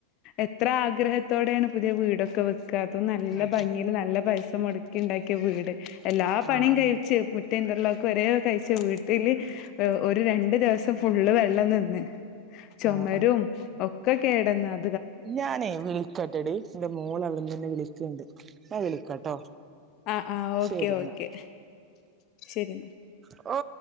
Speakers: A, on the left; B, on the right.
A: എത്ര ആഗ്രഹത്തോടെയാണ് പുതിയ വീടക്കെ അതും നല്ല
B: അതെ
A: ഭംഗിയില് നല്ല പൈസ മടക്കി ഉണ്ടാക്കിയ വീട് എല്ലാ പണിയും
B: ആഹ്
A: കഴച്ച്
B: ആഹ്
A: റ് ഇന്റർലോക്ക് ഒര കഴിച്ച വീട്ടില് ഒരു രണ്ടു ദിവസം ഫുള്ള് വെള്ളം നിന്ന് ചൊമരും
B: ആ ആ
A: ഒക്കെ കേടന്ന അ
B: ഞാനേ വിളിക്കാട്ടെടി എന്റെ മോള അവിടെ നി തന്നെ വിളിക ണ്ട് ഞാൻ വിളിക്കാട്ടോ
A: ആ ആ ഓക്കെ
B: ശരി എന്നാ
A: ഓക്കെ ശരി
B: ഓ